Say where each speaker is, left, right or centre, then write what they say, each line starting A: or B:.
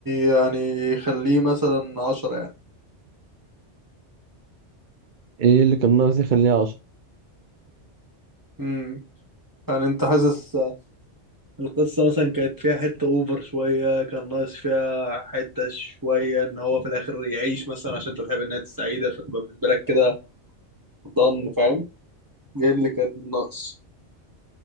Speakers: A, on the right (about 15°); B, on the right (about 50°).
A: يعني يخليه مثلا عشرة يعني؟
B: ايه اللي كان ناقص يخليها عشرة
A: امم يعني أنت حاسس القصة مثلا كانت فيها حتة أوفر شوية كان ناقص فيها حتة شوية إن هو في الآخر يعيش مثلا عشان أنت تحب إنها سعيدة فتبقى بالنسبة لك كده ضن فاهم؟ إيه اللي كان ناقص؟